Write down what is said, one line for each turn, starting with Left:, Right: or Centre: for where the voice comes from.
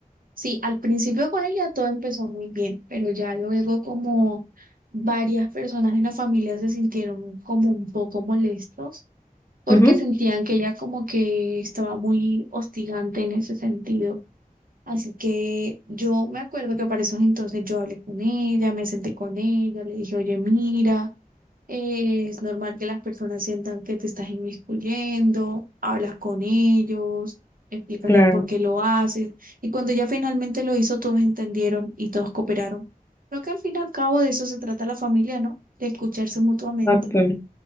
Right: Sí, al principio con ella todo empezó muy bien, pero ya luego como varias personas en la familia se sintieron como un poco molestos porque
Left: Ujú,
Right: sentían que ella como que estaba muy hostigante en ese sentido. Así que yo me acuerdo que para esos entonces yo hablé con ella, me senté con ella, le dije, oye, mira. Eh, Es normal que las personas sientan que te estás inmiscuyendo, hablas con ellos, explícales
Left: Claro,
Right: por qué lo haces. Y cuando ya finalmente lo hizo, todos entendieron y todos cooperaron. Creo que al fin y al cabo de eso se trata la familia, ¿no? De escucharse mutuamente.
Left: exacto.